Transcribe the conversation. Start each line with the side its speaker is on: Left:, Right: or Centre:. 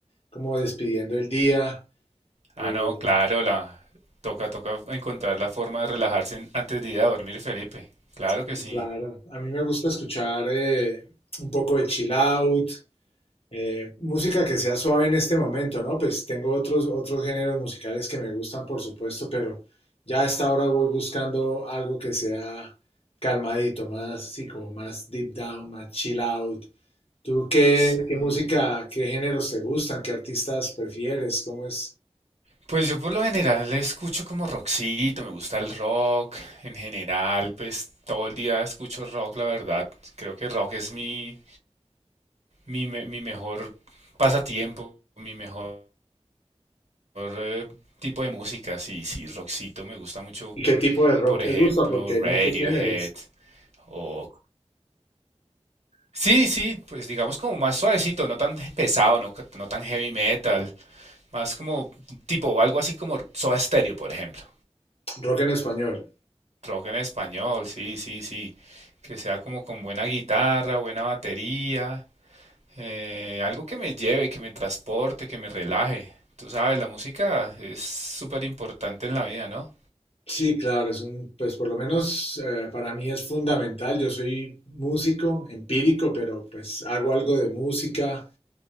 Left: como despidiendo el día.
Right: Ah,
Left: Eh,
Right: no, claro, la toca, toca encontrar la forma de relajarse en- antes de ir a dormir, Felipe. Claro que
Left: Y
Right: sí.
Left: claro, a mí me gusta escuchar eh, un poco de chill out, Eh, música que sea suave en este momento, ¿no? Pues tengo otros, otros géneros musicales que me gustan, por supuesto, pero ya a esta hora voy buscando algo que sea calmadito, más así como más deep down, más chill out. ¿Tú qué,
Right: Sí.
Left: qué música, qué géneros te gustan? ¿Qué artistas prefieres? ¿Cómo es?
Right: Pues yo por lo general le escucho como rockcito, me gusta el rock. En general, pues todo el día escucho rock, la verdad. Creo que rock es mi, mi, me- mi mejor pasatiempo, mi mejor eh, tipo de música. Sí, sí, rockcito me gusta mucho.
Left: ¿Y qué tipo de rock
Right: Por ejemplo,
Left: te gusta? Porque hay
Right: Radiohead
Left: muchos géneros.
Right: o Sí, sí, pues digamos como más suavecito, no tan pesado, no, ca- no tan heavy metal, más como tipo algo así como Soda Stereo, por ejemplo.
Left: Rock en español.
Right: Rock en español, sí, sí, sí. Que sea como con buena guitarra, buena batería, eh, algo que me lleve, que me transporte, que me relaje. Tú sabes, la música es súper importante en la vida, ¿no?
Left: Sí, claro, es un, pues por lo menos eh, para mí es fundamental. Yo soy músico, empírico, pero pues hago algo de música.